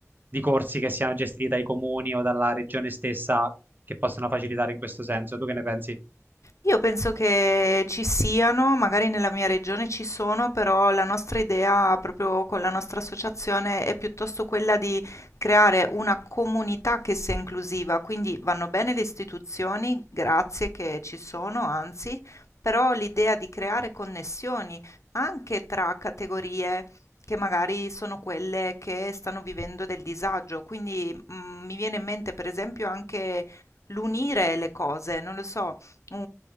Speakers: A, on the right; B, on the left.
A: di corsi che siano gestiti dai comuni o dalla regione stessa che possono facilitare in questo senso. Tu che ne pensi?
B: Io penso che ci siano, magari nella mia regione ci sono, però la nostra idea proprio con la nostra associazione è piuttosto quella di creare una comunità che sia inclusiva, quindi vanno bene le istituzioni, grazie che ci sono, anzi, però l'idea di creare connessioni anche tra categorie che magari sono quelle che stanno vivendo del disagio, quindi mm, mi viene in mente per esempio anche l'unire le cose, non lo so un,